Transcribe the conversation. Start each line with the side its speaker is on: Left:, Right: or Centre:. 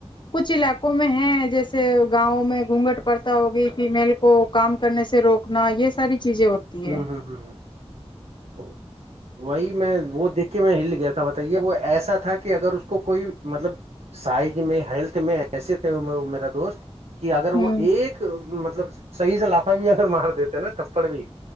Left: کچھ علاقوں میں ہے جیسے گاؤں میں گونگھٹ پرتا ہوگی فیمیل کو کام کرنے سے روکنا یہ ساری چیزیں ہوتی
Right: ہوں
Left: ہے
Right: ہوں ہ تو وہی میں وہ دیکھ کے میں ہل گیا تھا بتائیے وہ ایسا تھا کہ اگر اس کو کوئی مطلب سائز میں ہیلتھ میں ایسے تھے میرا دوست کہ اگر
Left: ہوں
Right: وہ ایک مب مطلب صحیح سے لافہ بھی اگر مار دیتے ہیں نا تھپڑ بھی